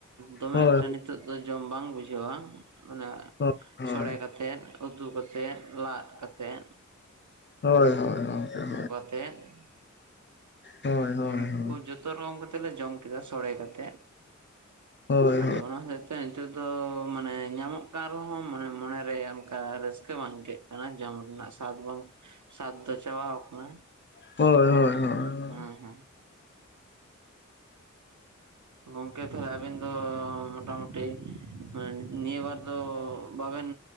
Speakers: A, on the right; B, on the left.
A: ᱫᱚᱢᱮ
B: ᱦᱳᱭ
A: ᱮᱠᱴᱟ ᱱᱤᱛᱚᱜ ᱫᱚ ᱡᱚᱢ ᱵᱟᱝ ᱵᱩᱡᱷᱟᱹᱣᱟ ᱢᱟᱱᱮ
B: ᱦᱳᱭ ᱦᱳᱭ
A: ᱥᱳᱸᱲᱮ ᱠᱟᱛᱮᱛ᱾ ᱩᱛᱩ ᱠᱟᱛᱮᱫ ᱞᱟᱫᱽ ᱠᱟᱛᱮᱛ᱾
B: ᱦᱳᱭ ᱦᱳᱭ ᱜᱚᱝᱠᱮ ᱦᱳᱭ᱾
A: <unintelligible>
B: ᱦᱳᱭ ᱦᱳᱭ ᱦᱳᱭ
A: ᱢᱟᱱᱮ ‌ᱵᱩᱡᱽ ᱡᱚᱛᱚ ᱨᱚᱠᱚᱢ ᱠᱟᱛᱮᱜ ᱞᱮ ᱡᱚᱢ ᱠᱮᱫᱟ ᱥᱳᱸᱲᱮ ᱠᱟᱛᱮ᱾
B: ᱦᱳᱭ ᱦᱳᱭ
A: ᱟᱫᱚ <unintelligible> ᱱᱤᱛᱚᱜ ᱫᱚ ᱢᱟᱱᱮ ᱧᱟᱢᱚᱜ ᱠᱟᱱ ᱨᱮᱦᱚᱸ ᱢᱟᱱᱮ ᱢᱚᱱᱮ ᱨᱮ ᱚᱱᱠᱟ ᱨᱟᱹᱥᱠᱟᱹ ᱵᱟᱝ ᱟᱹᱭᱠᱟᱹᱜ᱾ ᱟᱱᱟ ᱡᱚᱢ ᱨᱮᱱᱟᱜ ᱥᱟᱫ ᱵᱟᱝ ᱥᱟᱫᱽ ᱫᱚ ᱪᱟᱵᱟ ᱟᱠᱟᱱᱟ᱾
B: ᱦᱳᱭ ᱦᱳᱭ ᱦᱳᱭ
A: ᱦᱩᱸ ᱦᱩᱸ ᱚ ᱜᱚᱝᱠᱮ ᱛᱷᱟᱞᱮ ᱟᱵᱤᱱ ᱫᱚ ᱢᱳᱴᱟ ᱢᱩᱴᱤ᱾ ᱦᱮᱸ ᱱᱤᱭᱟᱹ ᱵᱟᱨ ᱫᱚ ᱵᱟ ᱵᱮᱱ